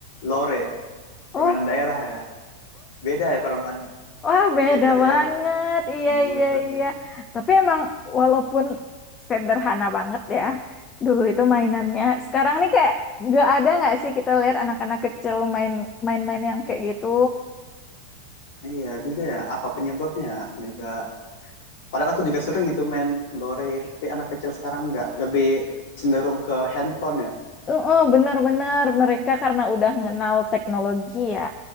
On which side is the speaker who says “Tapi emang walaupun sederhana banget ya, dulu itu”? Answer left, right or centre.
Left